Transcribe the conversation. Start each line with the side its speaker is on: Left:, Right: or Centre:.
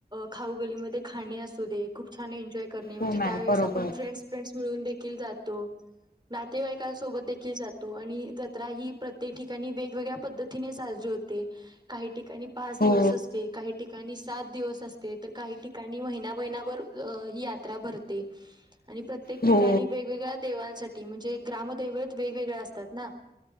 Right: खाऊगल्लीमध्ये खाणे असू दे खूप. छान एन्जॉय करणे म्हणजे
Left: हो मॅम
Right: त्यावेेळेस
Left: बरोबर.
Right: आपण फ्रेंड्स फ्रेंड्स मिळून देखील जातो. नातेवाईकांसोबत देखील जातो आणि जत्रा ही प्रत्येक ठिकाणी वेगवेगळ्या पद्धतीने साजरी होते. होते काही ठिकाणी पाच
Left: हो
Right: दिवस असते, काही ठिकाणी सात दिवस असते, तर काही ठिकाणी महिना महिनाभर अ ही यात्रा भरते आणि प्रत्येक
Left: हो
Right: ठिकाणी वेगवेगळ्या देवांसाठी म्हणजे ग्रामदेवत वेगवेगळ्या असतात ना.